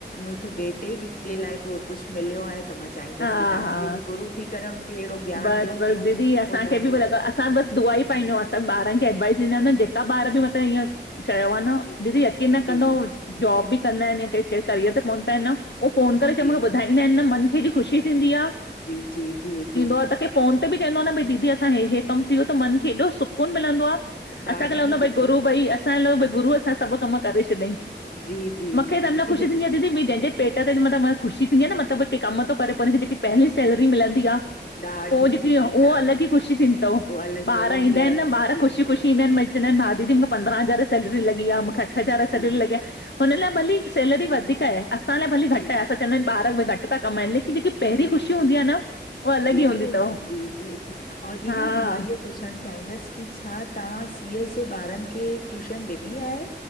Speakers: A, on the left; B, on the left.
A: हिकु बेटे जे लाइ को कुछ मिलियो आहे। त मां चाहींदस
B: हा
A: की, तव्हां
B: हा
A: बि गुरू थी करे, हुनखे अहिड़ो ज्ञान
B: बस
A: ॾियो
B: बस
A: की उ
B: दीदी असांखे
A: तव्हांजो।
B: बि लॻा असां बस दुआई पाईंदव असां बारन खे एवाइस ॾंदायूं जेका ॿार ॿ मतब इअं, चयो आहे न
A: जी,
B: दीदी यकीन
A: जी,
B: न कंदो
A: जी,
B: जॉब बि कंदा आहिन या क कहिड़ करियर ते पहुता आहिन न। उहोफ़ोन करे
A: जी,
B: जेमल ॿुधाईंदा आहिन मन खे हेॾी ख़ुशी थींदी आ।
A: जी, जी, जी, जी।
B: असाखे फ़ोन ते बि चवंदो आहे न भई दीदी असां हे हे कम थी वयो त मन खे एॾो सुकुन- - सुकुन मिलंदो आ
A: ॾाढो
B: असांखे लगदो आहे
A: दीदी
B: भई गुरू भई असांखे लॻंदो भई गुरू असां सभ कम करे छॾियईं।
A: जी, जी,
B: मूंखे
A: जी
B: त
A: दीदी
B: अना ख़ुशी थीदिं आ। दीदी ॼहिंजे पेट ते मतब ख़ुशी थींदी न मतब के कम थो करे हुनखे ॼेकी पहली सैलेरी मिलंदी आ।
A: ॾाढी
B: पो जेकी
A: दीदी
B: उहो
A: ॾाढी
B: अलग ई ख़ुशी
A: उहो
B: थीदिं तव
A: अलॻि
B: ॿार
A: ई अलॻि
B: ईंदा
A: ई लेवल
B: आहिन, न ॿार
A: जी,
B: ख़ुशी
A: जी,
B: ख़ुशी ईंदा आहिन मज़- - चवंदा भा दीदी मूंखे पंद्रह हज़ार सैलेरी लॻी आ मूंखे अठ हज़ार
A: जी,
B: सैलेरी
A: जी,
B: लगी आ। हुन लाइ भली सैलरी वधीक आहे। असां लाइ भली
A: जी,
B: घट आहे असां चवंदा आहिन ॿार बि घट था कमाइन, लेकिन ॼैकी पहिरीं
A: जी
B: ख़ुशी हूंदी आहे न। उहा अलॻि
A: दीदी
B: ई हूंदी
A: उ
B: तव।
A: जी, जी, जी औ दीदी,
B: हा
A: मां इहो। मां पुछणु चाहींदस की छा तव्हां सी एस सी ॿारन खे ट्यूशन ॾिनी आहे।